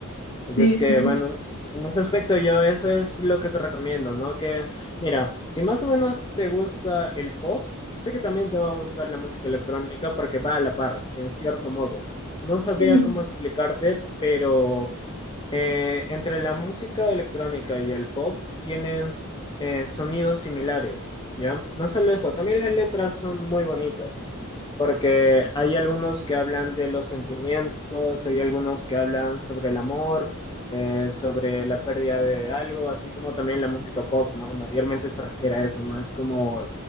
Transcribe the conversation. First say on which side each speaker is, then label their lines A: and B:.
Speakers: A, on the left; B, on the left.
A: Así
B: Sí,
A: es que,
B: sí.
A: bueno, en ese aspecto yo eso es lo que te recomiendo, ¿no? Que, mira, si más o menos te gusta el pop, sé que también te va a gustar la música electrónica porque va a la par, en cierto modo. No sabría
B: Sí.
A: cómo explicarte, pero eh, entre la música electrónica y el pop tienen eh, sonidos similares, ¿ya? No solo eso, también las letras son muy bonitas, porque hay algunos que hablan de los sentimientos, hay algunos que hablan sobre el amor, eh, sobre la pérdida de algo, así como también la música pop, ¿no? Mayormente se refiere a eso, no es como